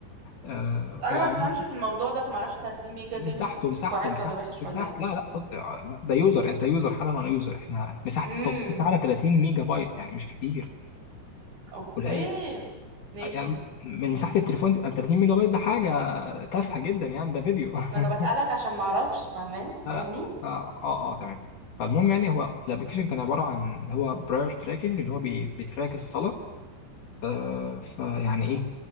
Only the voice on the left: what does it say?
آه،
هو
عمال
مساحته
مساحته
مساحته
مساحة
لا لا قصدي آه، لا، ده يوزر انت يوزر حالا وانا يوزر احنا مساحة
التطبيق على 30 ميجا بايت يعني مش كتير
قليل
يعني من مساحة التليفون تبقى 30 ميجا بايت ده حاجة تافهة جدا يعني ده فيديو <laughs>
لا
لا فا اه اه تمام فالمهم يعني هو الابلكيشن كان عباره عن هو براير تراكنج اللي هو بي بيتراك الصلاه آه فيعني ايه